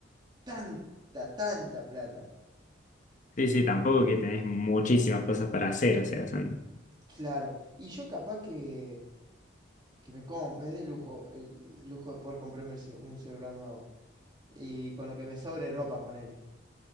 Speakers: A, on the right (about 25°); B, on the left (about 40°).
A: tanta, tanta plata.
B: Sí, sí, tampoco que tenés muchísimas cosas para hacer, o sea, son...
A: Claro. Y yo capaz que. que me, com- me dé lujo, el, el lujo de poder comprarme el ce- un celular nuevo. Y con lo que me sobre ropa, ponele.